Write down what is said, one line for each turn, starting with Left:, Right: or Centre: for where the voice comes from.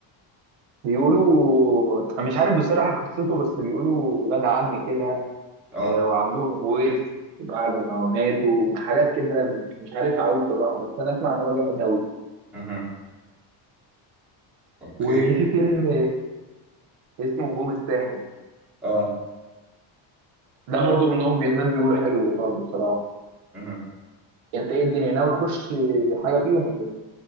Right: بيقولوا انا مش عارف بصراحه قصته بس بيقولوا ولاد عم كده
Centre: آه
Right: آه، وعندهم ورث بعد ما ماتوا حاجات كده مش عارفها قوي بصراحه بس انا اسمع ان هو جامد قوي
Centre: مهم. أوكي
Right: وفي فيلم آه، اسمه نجوم الساحل
Centre: آه
Right: ده برضه منهم الناس بيقولوا حلو برضه بصراحه
Centre: مهم.
Right: انت ايه الدنيا ناوي تخش حاجه فيهم ولا ايه؟